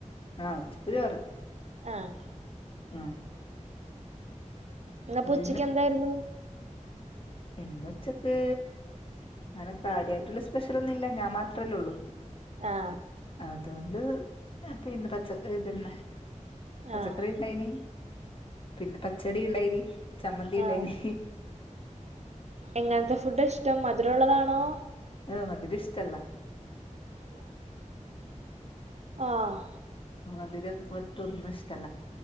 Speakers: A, on the left; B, on the right.
A: ആഹ് ഉച്ചക്ക് ചോറ്
B: ആഹ
A: ആഹ
B: ഇന്ന്
A: അത്
B: ഉച്ചക്ക് എന്തായിരുന്നു
A: എന്ന ഉച്ചക്ക് അങ്ങനെ കാര്യമായിട്ടുള്ള സ്പെഷൽന്നുമല്ല ഞാൻ മാത്രമല്ലേ ഉള്ളൂ
B: ആഹ
A: അതുകൊണ്ട് പിന്നെ പച്ചകറി ഇതന്നെ പച്ചക്കറി
B: ആഹ്
A: ഉണ്ടായിന് പിന്നെ പച്ചടി ഉണ്ടായിന് ചമ്മന്തി
B: ആഹ്
A: ഉണ്ടായിന്
B: എങ്ങനത്തെ ഫുഡ് ഇഷ്ടം മധുരം ഉള്ളതാണോ
A: ആഹ മധുരം ഇഷ്ടല്ല
B: ആഹ
A: ആ അത് മധുരം ഒട്ടു ഒന്ന ഇഷ്ട അല്ല